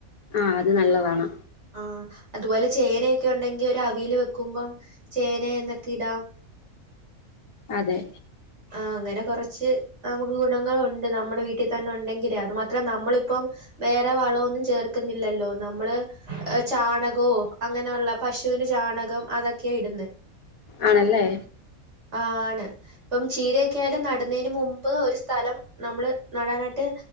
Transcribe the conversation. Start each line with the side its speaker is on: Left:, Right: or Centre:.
Left: ആഹ് അത് നല്ലതാണ്.
Right: ആഹ് അതുപോലെ ചേനൊക്കെ ഉണ്ടെങ്കി ഒര് അവിയൽ വെക്കുമ്പം ചേന എന്നൊക്കെ ഇടാം.
Left: അതെ.
Right: ആഹ് അങ്ങനെ കൊറച്ച് നമുക്ക് ഗുണങ്ങളുണ്ട്. നമ്മുടെ വീട്ടി തന്നെ ഉണ്ടെങ്കിലേ അത് മാത്രം നമ്മളിപ്പം വേറെ വളൊന്നും ചേർക്കുന്നില്ലല്ലോ. നമ്മള് ചാണകോ അങ്ങനൊള്ള പശുവിന്റെ ചാ ചാണകം അതൊക്കെ ഇടുന്നെ.
Left: ആണല്ലേ.
Right: ആഹ് ആണ് ഇപ്പം ചീരയൊക്കൊയാലും നടുന്നേന് മുമ്പ് ഒരു സ്ഥലം നമ്മള് നടാനായിട്ട്